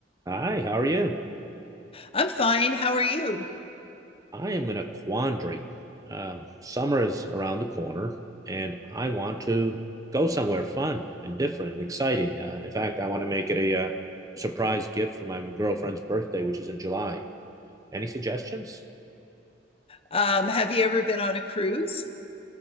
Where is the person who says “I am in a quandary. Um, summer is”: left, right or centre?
Right